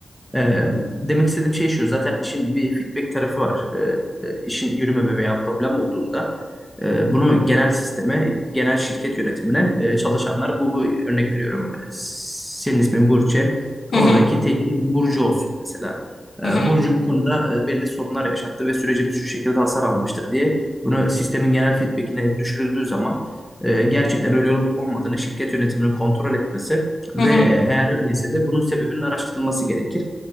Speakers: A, in the centre; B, on the left (about 80°).
A: e, demek istediğim şey şu. Zaten işin bir feedback tarafı var. E, e, işin yürümeme veya problem olduğunda e, bunu genel sisteme, genel şirket yönetimine e, çalışanlar bu, bu örnek veriyorum. Senin ismin Burçe. Oradaki
B: hı hı
A: teklif Burcu olsun mesela. E,
B: hı hı
A: Burcu bu konuda e, belli sorunlar yaşattı ve sürecimiz şu şekilde hasar almıştır diye bunu sistemin genel feedbackine düşürüldüğü zaman e, gerçekten öyle olup olmadığını şirket yönetiminin kontrol etmesi ve
B: hı hı.
A: e, eğer öyleyse de bunun sebebinin araştırılması gerekir.